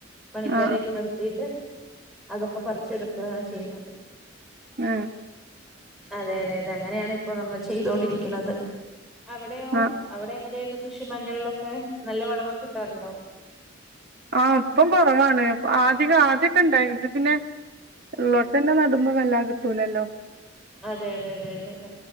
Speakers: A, in the centre; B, on the right (about 55°).
A: പണിക്കാരെയൊക്കെ
B: ആഹ്
A: നിർത്തിട്ട് അതൊക്കെ പറിച്ചെടു ക്കാണ് ചെയ്യ്ന്നത്
B: ഏ
A: അതെ അതെ അതെ അങ്ങനെയാണ് ഇപ്പോ നമ്മൾ ചെയ്തോണ്ടിരിക്ക്ണത് അവടെയോ
B: ആഹ്
A: അവടെ എങ്ങനെയെ കൃഷി മഞ്ഞളിലൊക്കെ നല്ല വെളെവൊക്കെ കിട്ടാറുണ്ടോ
B: ആ ഇപ്പം കൊറവാണ് ആദ്യക്കെ ആദ്യയെക്കെ ഇണ്ടായിനി ഇത് പിന്നെ
A: ഉം.
B: ഇള്ളോട്ട് എന്നെ നടും മ്പം വല്ലാ കിട്ടുലല്ലോ
A: അതെ അതെ അതെ അതെ അതെ